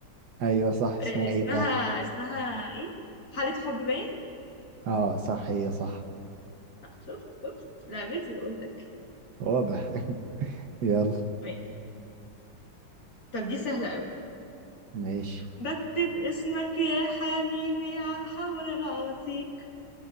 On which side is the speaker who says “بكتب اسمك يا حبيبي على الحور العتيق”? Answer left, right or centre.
Left